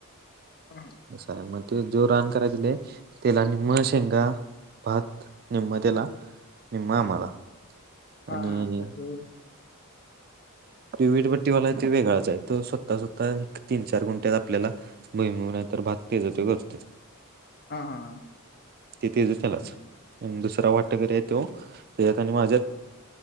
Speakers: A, on the left; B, on the right.
A: ह ह
B: आहे मग ते जो रान करायला दिलेय त्याला निम्म
A: हम्म
B: शेंगा भात निम्म त्याला निम्म
A: हम्म
B: आम्हाला
A: हा
B: आणि
A: हा तस होय
B: तो वीटभट्टीवाला
A: हं,
B: तो वेगळाच हाय तो स् तसतर एक तीन चार गुंट्यात आपल्याला भुईमूग नाही तर भात तेज तो करतोय
A: हा हा हा
B: ते तेज तेलाच
A: हम्म
B: दुसरा वाटकरी आहे तो तेचात आणि माझ्यात